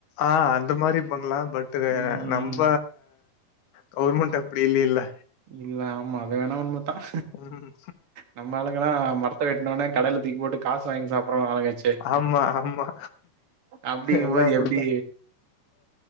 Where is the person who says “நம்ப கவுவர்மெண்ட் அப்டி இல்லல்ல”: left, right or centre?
Left